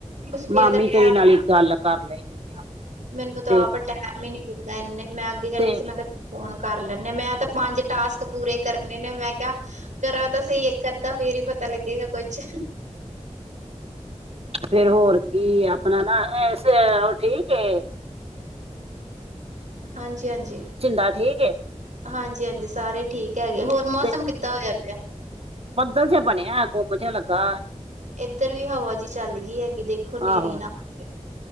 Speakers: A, on the right; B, on the right.
A: ਸਵੇਰ
B: ਮਾਮੀ
A: ਦਾ
B: ਤੇਰੀ
A: ਟੈਮ
B: ਨਾਲ ਹੀ ਗੱਲ ਕਰ ਲੈਂਨੀ ਆ।
A: ਮੈਨੂੰ ਤਾਂ
B: ਤੇ
A: ਆਪ ਟੈਮ ਹੀ ਨੀ ਲੱਗਦਾ, ਇੰਨੇ, ਮੈਂ ਅੱਗੇ ਕਹਿੰਦੀ
B: ਤੇ
A: ਸੀ ਮੈਂ ਕਿਹਾ ਫੋਨ ਕਰ ਲੈਨੇ, ਮੈਂ ਤਾਂ ਪੰਜ ਟਾਸਕ ਪੂਰੇ ਕਰਨੇ ਨੇ, ਮੈਂ ਕਿਹਾ ਕਰਾ ਤਾਂ ਸਹੀ ਇੱਕ-ਅੱਧਾ ਫੇਰ ਹੀ ਪਤਾ ਲੱਗੇਗਾ, ਕੁਛ।
B: ਫਿਰ ਹੋਰ ਕੀ ਆਪਣਾ ਨਾ, ਐਸੇ ਓ ਠੀਕ ਏ?
A: ਹਾਂਜੀ-ਹਾਂਜੀ।
B: ਛਿੰਦਾ ਠੀਕ ਏ
A: ਹਾਂਜੀ-ਹਾਂਜੀ, ਸਾਰੇ ਠੀਕ ਹੈਗੇ। ਹੋਰ, ਮੌਸਮ
B: ਤੇ
A: ਕਿੱਦਾਂ ਹੋਇਆ ਪਿਆ?
B: ਬੱਦਲ ਜਿਹਾ ਬਣਿਆ, ਗੁੰਮ ਜਿਹਾ ਲੱਗਾ।
A: ਇੱਧਰ ਵੀ ਹਵਾ ਜੀ ਚੱਲ ਗਈ ਹੈਗੀ, ਦੇਖੋ ਹਨੇਰੀ
B: ਆਹੋ
A: ਨਾ ਆਵੇ।